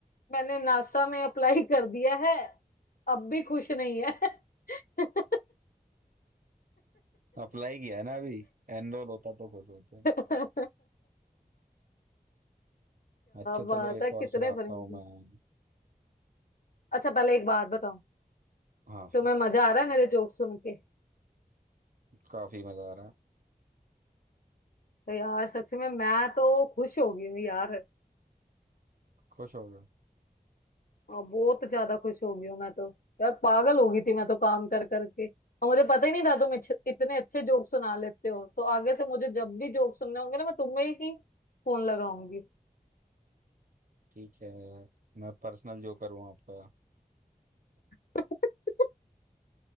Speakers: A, on the left; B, on the right.
A: मैंने नासा में अप्लाई कर दिया है अब भी खुश नहीं है <laughs>
B: अप्लाई किया है ना अभी एनरोल होता तो खुश होते
A: क्या
B: अच्छा चलो
A: बात
B: एक
A: है कितने
B: और सुनाता
A: फनी
B: हूँ मैं
A: अच्छा पहले एक बात बताओ
B: हाँ
A: तुम्हें
B: हाँ
A: मजा आ रहा है मेरे जोक सुन के
B: काफी मजा आ रहा है
A: तो यार सच में मैं तो खुश हो गई हूँ यार
B: खुश हो गए
A: और बहुत ज्यादा खुश हो गई हूँ मैं तो यार पागल हो गई थी मैं तो काम कर करके और मुझे पता ही नहीं था तुम इच्छ- इतने अच्छे जोक सुना लेते हो तो आगे से मुझे जब भी जोक सुनने होंगे ना मैं तुम्हें ही फोन लगाऊंगी
B: ठीक है मैं पर्सनल जोकर हूँ आपका
A: <laughs>